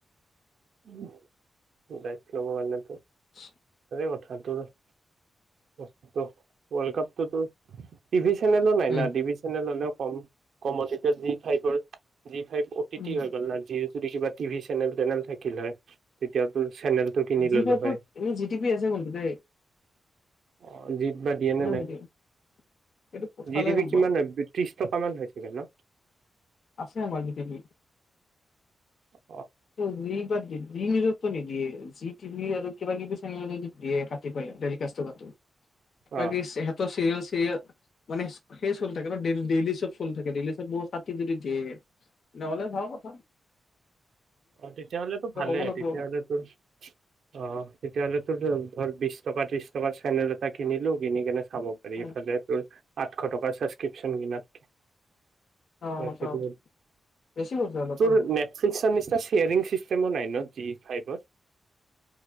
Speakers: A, on the right (about 60°); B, on the left (about 55°).
A: গছিল ব কাৰানলেতো
B: উ
A: কথাটো ৰ্লড কাপটোতো টিভি চেনেলৰ নাই
B: উম।
A: ন টিভি চেনেললৈ কম কমত এতিয়া জি ফাইভাৰ জি ফাইভ অটিটি
B: উম,
A: হৈ গল না জি যদি কিবা টিভি চেনেল টেনেল থাকিল হয় তেতিয়া তোৰ চেনেলটো কিনি
B: জি
A: ললো
B: ফাইভৰ
A: হয়
B: এনে জি টি আছে কতে
A: <inaudible> অ জিপ বা দিয়ে নে নাই
B: নিদিয়ে সেইটো চালে
A: জি দিবি
B: গম
A: কিমান
B: পাম
A: ত্ৰিশ টকাামান চগে ন
B: আছে আমাৰ গতিয়া
A: উ
B: হবি ব নি নিদিয়ে যি টিভি আৰু কিবা কিবি চেনে দিয়ে পাতি পেলিকাষ্ট বাকি
A: অ
B: সহঁতৰ চিৰিয়েল মানে সেই চল থাকে নেই ডেইলি চব চল থাকে ডেইলি চব বত কাাটি যদি দিয়ে নহ'লে ভওঁ পথা
A: অ তেতিয়াহলে তো ভালে
B: ক'ব লাগিব
A: তেতিয়াহলে তোৰ অ তেতিয়াহলে তোৰ ধৰ বিশ টকা ত্ৰিশ টকাৰ চেনেল এটা কিনিলো কিনি কেনে খাব কৰি
B: আৰু।
A: ফাললে আঠশ টকাৰ ছাবস্ক্ৰিপশ্যন দমাতকি
B: অ
A: সেইটো
B: সঁচা বেছি কৈছো অলপ
A: তোৰ
B: মানে
A: নেটফ্লিক্স নি্চয় এটা চ্বেয়াৰিং চিষ্টেমো নাই ন জি ফাইভৰ